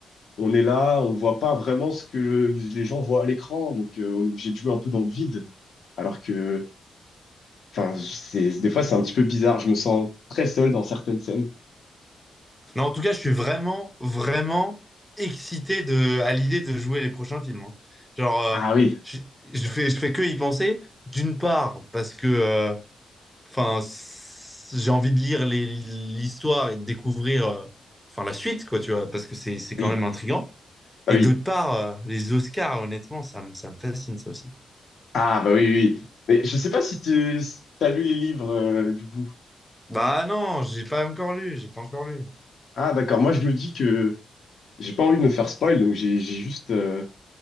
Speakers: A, on the left; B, in the centre.
A: on est là, on voit pas vraiment ce que le- les gens voient à l'écran, donc euh, on est obligé de jouer un peu dans le vide. Alors que Enfin, c'est, des fois, c'est un petit peu bizarre. Je me sens très seul dans certaines scènes.
B: Non, en tout cas, je suis vraiment, vraiment excité de, à l'idée de jouer les prochains films. hein. Genre, euh,
A: Ah oui,
B: je, je fais, je fais que y penser. D'une part, parce que, euh, enfin, s- j'ai envie de lire les- l'histoire et de découvrir, euh, enfin, la suite, quoi, tu vois, parce que c'est, c'est quand
A: oui,
B: même intriguant.
A: bah
B: Et
A: oui.
B: d'autre part, euh, les Oscars, honnêtement, ça me, ça me fascine, ça aussi.
A: Ah bah oui, oui. Mais je sais pas si tu as lu les livres, euh, du coup.
B: Bah non, j'ai pas encore lu, j'ai pas encore lu.
A: Ah d'accord, moi je me dis que j'ai pas envie de me faire spoil, donc j'ai j'ai juste euh,